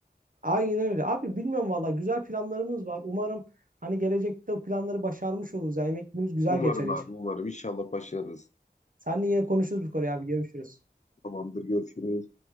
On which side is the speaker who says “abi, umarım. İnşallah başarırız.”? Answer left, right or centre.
Left